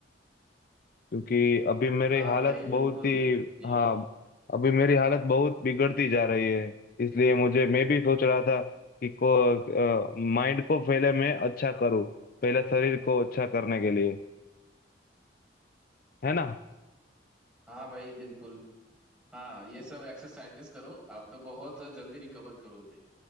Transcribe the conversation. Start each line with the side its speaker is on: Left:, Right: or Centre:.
Left: क्योंकि अभी मेरी
Centre: हाँ
Left: हालत
Centre: भाई बिल्कुल
Left: बहुत ही
Centre: यह
Left: हाँ अभी मेरी हालत बहुत बिगड़ती जा रही है इसलिए मुझे मैं भी सोच रहा था कि को माइंड को पहले मैं अच्छा करूँ पहले शरीर को अच्छा करने के लिए है ना
Centre: हाँ भाई बिल्कुल हाँ ये सब एक्सरसाइजेस करो आपका बहुत जल्दी रिकवर करोगे